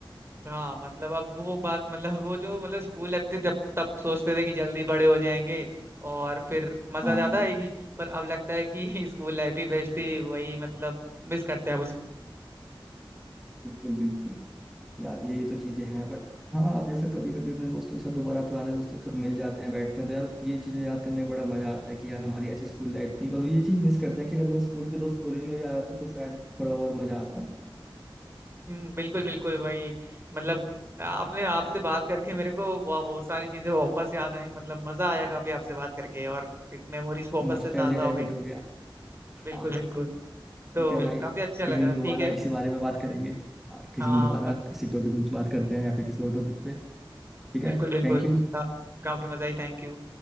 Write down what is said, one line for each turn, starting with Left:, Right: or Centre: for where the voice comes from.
Right: हाँ मतलब अब वो बात मतलब वो जो मतलब स्कूल लाइफ थी तब तब सोचते थे कि जल्दी बड़े हो जाएंगे और फिर मजा
Centre: हाँ
Right: ज्यादा
Centre: हाँ
Right: आएगी पर अब लगता है कि <laughs> स्कूल लाइफ ही बेस्ट थी वही मतलब मिस करते हैं अब उसको
Centre: बिल्कुल बिल्कुल यार यही तो चीज़ें हैं बट हाँ अब जैसे कभी कभी अपने दोस्तों के साथ दोबारा पुराने दोस्तों के साथ मिल जाते हैं बैठते हैं तो यार ये चीज़ें याद करने में बड़ा मजा आता है कि यार हमारी ऐसी स्कूल लाइफ थी और ये चीज़ मिस करते हैं कि अगर वो स्कूल के दोस्त कॉलेज में भी आ जाते तो शायद थोड़ा और मजा आता
Right: हम्म बिल्कुल बिल्कुल वही मतलब आपने आपसे बात करके मेरे को वह- बहुत सारी चीजें वापस याद आई मतलब मजा आया काफी आपसे बात करके और एक मेमोरीज वापस
Centre: नॉस्टैल्जिया
Right: से ताजा
Centre: टाइप
Right: हो गई
Centre: हो गया
Right: बिल्कुल
Centre: हाँ
Right: बिल्कुल तो
Centre: ठीक है भाई
Right: काफी अच्छा
Centre: किसी
Right: लगा
Centre: दिन
Right: ठीक
Centre: दोबारा
Right: है
Centre: इसी बारे में बात करेंगे हाँ किसी
Right: हाँ
Centre: दिन
Right: हाँ,
Centre: दोबारा
Right: मत
Centre: किसी टॉपिक पे कुछ बात करते हैं या फिर किसी और टॉपिक पे ठीक है
Right: बिल्कुल बिल्कुल
Centre: Thank you
Right: का- काफी मजा आई थैंक यू